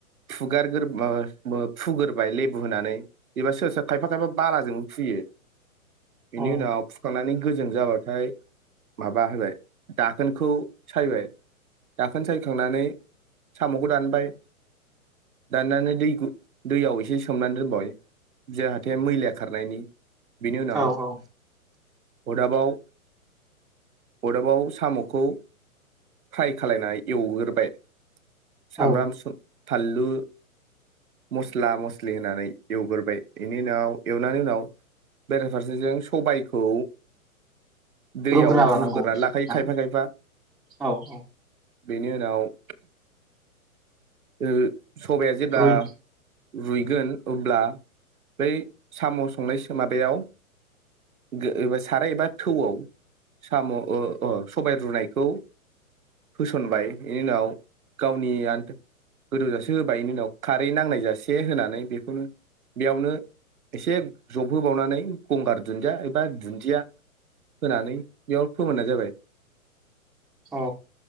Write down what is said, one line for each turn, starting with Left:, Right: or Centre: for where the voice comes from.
Right: फुगारग्रो ओ ओ फुग्रोबाय लेबु होनानै एबा सोर सोर खायफा खायफा बालाजोंबो फुयो। बेनि
Centre: औ
Right: उनाव फुखांनानै गोजों जाबाथाय माबा होबाय दाखोनखौ सायबाय दाखोन सायखांनानै साम'खौ दानबाय दाननानै दै दैयाव एसे सोमनानै दोनबाय जाहाथे मैला खारनायनि बिनि उनाव
Centre: औ औ
Right: अदाबाव अरदाबाव साम'खौ फ्राय खालायनाय एवग्रोबाय सामब्राम
Centre: औ
Right: सु थाल लु मस्ला मस्लि होनानै एवग्रोबाय बेनि उनाव एवनानै उनाव बेराफारसेजों सबायखौ दैयाव
Centre: रुग्रोना लानांगौ
Right: रुग्रोनानै लाखायो
Centre: ना
Right: खायफा खायफा
Centre: औ औ
Right: बेनि उनाव <unintelligible> ओ सबाइया जेब्ला
Centre: रुइ
Right: रुइगोन अब्ला बै साम' संनाय सोमाब बेयाव गो साराय एबा थौआव साम' ओ ओ सबाय रुनायखौ होसनबाय इनि उनाव गावनि आ गोदौजासे होबाय बेनि उनाव खारै नांनाय जासे होनानै बेखौनो बेयावनो एसे ज होबावनानै गंगार दुन्दिया एबा दुन्दिया होनानै बेयाव फोमोननाय जाबाय
Centre: अ